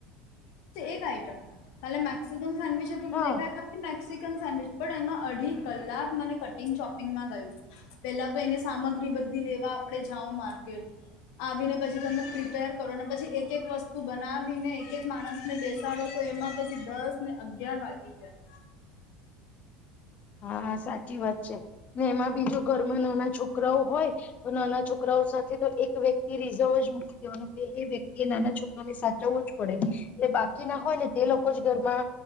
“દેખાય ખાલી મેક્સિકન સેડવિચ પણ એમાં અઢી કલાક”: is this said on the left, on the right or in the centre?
Left